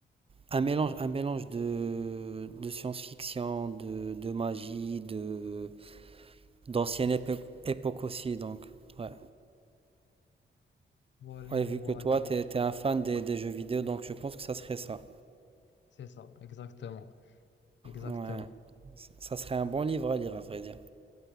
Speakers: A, on the right; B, on the left.
A: un mélange, un mélange de, de science-fiction, de, de magie, de, d'ancienne épo- époque aussi, donc, ouais.
B: Voilà,
A: Ouais,
B: voilà,
A: vu que toi, t'es, t'es un fan des, des jeux vidéo, donc je pense que ça serait ça.
B: c'est ça, exactement. Exactement.
A: Ouais. Ça serait un bon livre à lire, à vrai dire.